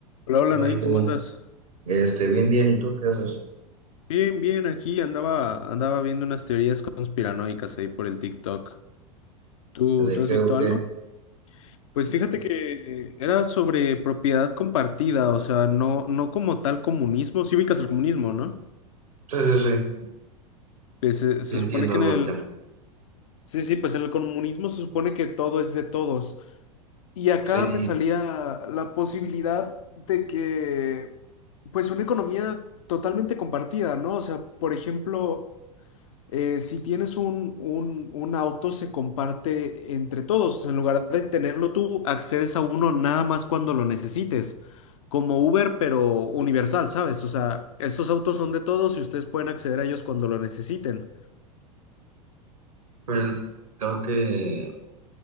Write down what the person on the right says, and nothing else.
Hola,
Diego.
Este, bien, bien, ¿y tú qué haces?
¿De
qué
o qué?
Sí,
sí, sí,
sí, entiendo
algo
del tema.
Sí,
pues creo que